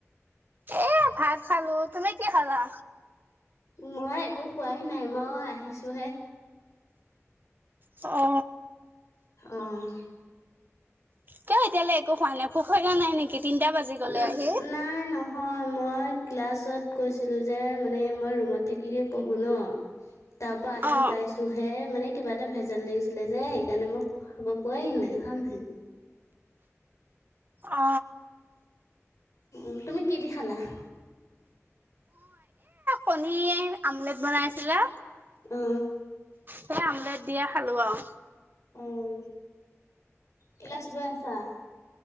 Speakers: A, on the right; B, on the left.
A: এ ভাত খালো তুমি কি খালা?
B: মই একো খোৱাই নাই মই আহিছো হে <inaudible>
A: অ।
B: অহ
A: কিয় এতিয়ালৈ একো হোৱা নাই ভোক লগা নাই নেকি তিনটা বাজি গ'লে
B: উম
A: আহি।
B: নাই ন হয় মই ক্লাছত কৈছিলো যে মানে মই ৰুমত থাকে পঢ়ো ন। তাৰ পৰা আহি
A: অ
B: পাইছো হে মানে কিবা এটা ভেজাল লাগিছিলে যে সেইকাৰণে মই খাব পোৱাই নাই খামহে
A: অ
B: উম তুমি কি দি খালা? <inaudible>
A: পনীৰ আমলেট বনাইছিলা
B: অ
A: সেই আমলেট দিয়ে খালো আৰু।
B: অঁ ক্লাচ গৈ আছা।